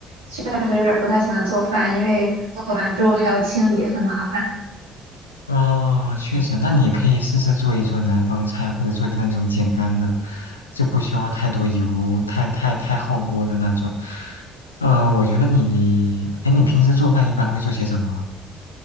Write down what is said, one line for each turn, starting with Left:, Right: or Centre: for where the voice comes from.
Right: 确实有点不太喜欢做饭，因为做完之后还要清理，很麻烦。
Left: 啊，确实，那你可以试试做一做南方菜，或者做那种简单的，就不需要太多油、太太太耗锅的那种。呃，我觉得你，哎，你平时做饭一般会做些什么？